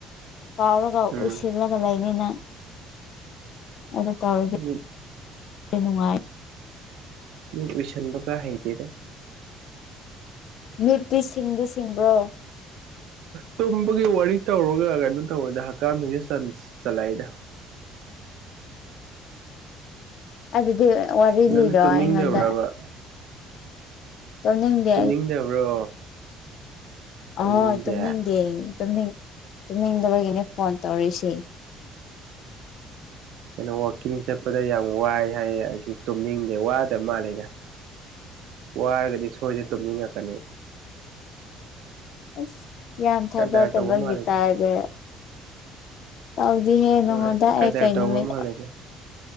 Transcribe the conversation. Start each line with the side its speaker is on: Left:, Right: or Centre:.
Left: ꯀꯥꯎꯔꯒ
Right: ꯎꯝ
Left: ꯎꯏꯁꯤꯜꯂꯒ ꯂꯩꯅꯤꯅ ꯑꯗꯨ ꯇꯥꯎꯗꯤ
Right: ꯃꯤꯠ
Left: ꯅꯨꯡꯉꯥꯏ
Right: ꯃꯤ ꯎꯏꯁꯟꯕ ꯀꯥ ꯍꯩꯇꯦꯗ
Left: ꯃꯤꯠꯄꯤ ꯁꯤꯡꯗꯤ ꯁꯤꯡꯕ꯭ꯔꯣ
Right: ꯇꯨꯝꯕꯒꯤ ꯋꯥꯔꯤ ꯇꯧꯔꯒ ꯀꯩꯅꯣ ꯇꯧꯕꯗ ꯍꯛꯀꯝ ꯍꯩꯁ ꯆꯠꯂꯏꯗ
Left: ꯑꯗꯨꯗꯤ ꯋꯥꯔꯤ
Right: ꯅꯪꯗꯤ
Left: ꯂꯤꯔꯣ
Right: ꯇꯨꯝꯅꯤꯡꯗꯕ꯭ꯔꯕ
Left: ꯑꯩꯉꯣꯟꯗ ꯇꯨꯝꯅꯤꯡꯗꯦ
Right: ꯇꯨꯝꯅꯤꯡꯗꯕ꯭ꯔꯣ
Left: ꯑꯣꯏ
Right: ꯇꯨꯝꯅꯤꯡꯗꯦ
Left: ꯇꯨꯝꯅꯤꯡꯗꯦꯅꯤꯡ ꯇꯨꯝꯅꯤꯡꯗꯕꯒꯤꯅꯦ ꯐꯣꯟ ꯇꯔꯁꯤ
Right: ꯀꯩꯅꯣ ꯋꯥꯋꯥꯛꯀꯤꯡ ꯆꯠꯄꯗ ꯌꯥꯝ ꯋꯥꯏ ꯍꯥꯏꯌꯦ ꯑꯩꯁꯨ ꯇꯨꯝꯅꯤꯡꯗꯦ ꯋꯥꯗꯕ ꯃꯥꯜꯂꯦꯗ ꯋꯥꯔꯒꯗꯤ ꯁꯣꯏꯗꯅ ꯇꯨꯝꯅꯤꯡꯉꯛꯀꯅꯤ
Left: ꯑꯁ ꯌꯥꯝ ꯆꯥꯖꯗꯕꯒꯤ
Right: ꯀꯗꯔ ꯇꯧꯕ ꯃꯥꯜꯂꯦꯗ
Left: ꯇꯔꯦ ꯇꯧꯗꯤꯍꯦ ꯅꯉꯣꯟꯗ
Right: ꯍꯣꯏ ꯀꯗꯔ
Left: ꯑꯩ ꯀꯩ
Right: ꯇꯧꯕ
Left: ꯅꯨꯃꯤꯠ
Right: ꯃꯥꯜꯂꯦꯗ